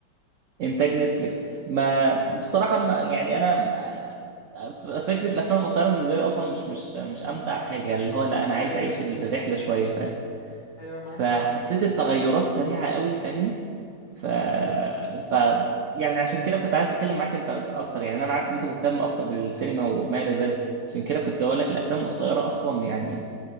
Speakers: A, on the right; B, on the left.
A: انتاج نتفليكس ما بصراحه ما يعني انا ما- ف- فكره الافلام القصيره بالنسبه لي اصلا مش مش مش امتع حاجه اللي هو لا انا
B: ايوه
A: عايز
B: ايوه
A: اعيش الرحله شويه فاهم
B: ايوه معاك
A: فحسيت
B: في ده فعلا
A: التغيرات سريعه قوي فاهم ف ف يعني عشان كده كنت عايز اتكلم معاك انت اكتر يعني انا عارف ان انت مهتم اكتر بالسينما وما الى ذلك عشان كده كنت اقول لك الافلام القصيره اصلا يعني